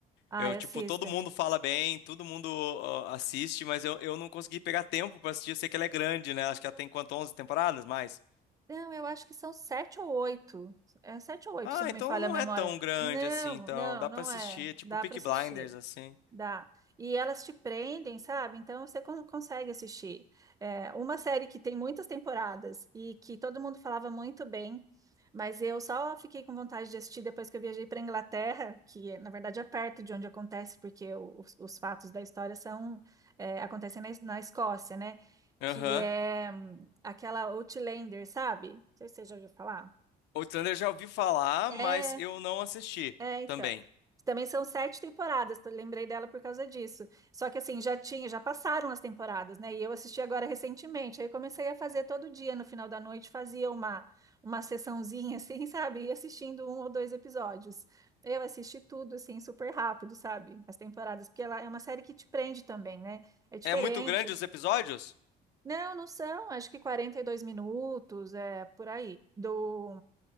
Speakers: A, on the right (about 20°); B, on the left (about 85°).
A: Ai,
B: Eu,
A: assista.
B: tipo, todo mundo fala bem, todo mundo ó, assiste, mas eu, eu não consegui pegar tempo pra assistir. Eu sei que ela é grande, né? Acho que ela tem quanto, onze temporadas, mais?
A: Não, eu acho que são sete ou oito. É sete ou oito,
B: Ah,
A: se não
B: então
A: me falha
B: não
A: a memória.
B: é tão grande
A: Não,
B: assim, então
A: não,
B: dá
A: não
B: pra assistir.
A: é.
B: É tipo
A: Dá
B: Peaky
A: para assistir.
B: Blinders, assim.
A: Dá. E elas te prendem, sabe? Então você con- consegue assistir. É, uma série que tem muitas temporadas e que todo mundo falava muito bem, mas eu só fiquei com vontade de assistir depois que eu viajei para Inglaterra, que na verdade é perto de onde acontece, porque o- os, os fatos da história são é, acontecem na, Es- na Escócia, né?
B: Aham.
A: Que é hum, aquela Outlander, sabe? Não sei se você já ouviu falar.
B: Outlander eu já ouvi falar,
A: É.
B: mas eu não assisti
A: É, então.
B: também.
A: Também são sete temporadas, eu lembrei dela por causa disso. Só que assim, já tinha, já passaram as temporadas, né? E eu assisti agora recentemente. Aí eu comecei a fazer todo dia, no final da noite, fazia uma, uma sessãozinha, assim, <laughs> sabe? E assistindo um ou dois episódios. Eu assisti tudo, assim, super rápido, sabe? As temporadas, porque ela é uma série que te prende também, né? É diferente.
B: É muito grande os episódios
A: Não, não são, acho que 42 minutos, é por aí. Do,